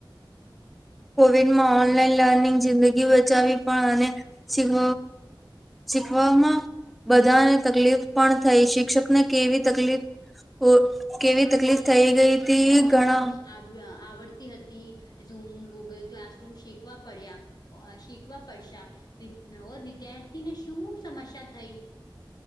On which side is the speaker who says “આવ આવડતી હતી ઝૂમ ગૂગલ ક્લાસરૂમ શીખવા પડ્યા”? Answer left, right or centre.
Left